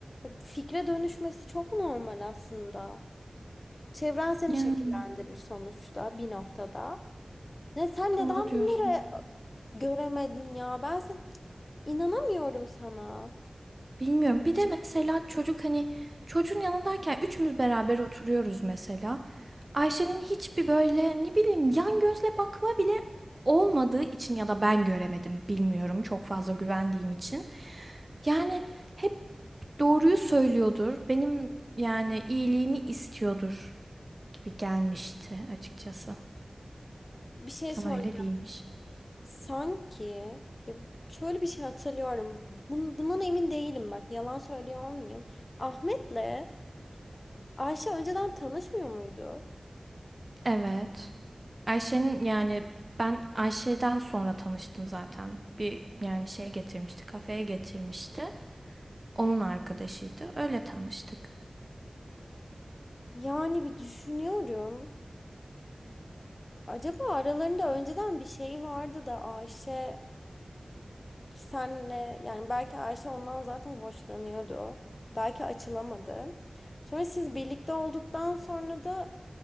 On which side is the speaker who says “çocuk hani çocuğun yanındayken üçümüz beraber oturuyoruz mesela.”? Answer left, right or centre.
Right